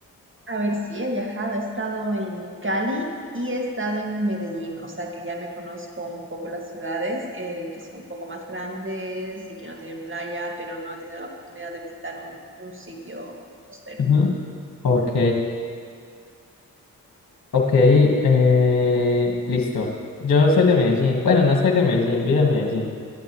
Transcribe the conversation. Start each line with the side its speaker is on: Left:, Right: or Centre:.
Right: A ver si he viajado, he estado en Cali y he estado en Medellín, o sea que ya me conozco un poco las ciudades eh, que son un poco más grandes y que no tienen playa, pero no he tenido la oportunidad de visitar un un sitio costero.
Left: Ujú. Ok,
Right: ahora.
Left: ok, eh, listo. Yo soy de Medellín. Bueno, no soy de Medellín, vivo en Medellín.